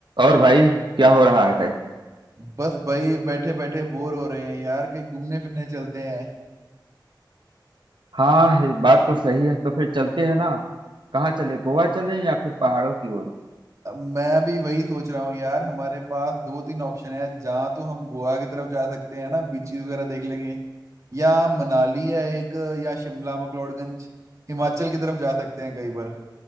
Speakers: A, on the right (about 75°); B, on the right (about 40°).
A: और भाई क्या हो रहा है
B: बस भाई बैठे बैठे बोर हो रहे हैं यार कहीं घूमने फिरने चलते हैं
A: हाँ ये बात तो सही है तो फिर चलते हैं ना कहाँ चले गोवा चले या फिर पहाड़ों की ओर
B: अब मैं भी वही सोच रहा हूँ यार हमारे पास दो तीन ऑप्शन है जहाँ तो हम गोवा की तरफ जा सकते हैं ना बीचेस वगैरह देख लेंगे या मनाली है एक या शिमला मकलोडगंज हिमाचल की तरफ जा सकते हैं कहीं पर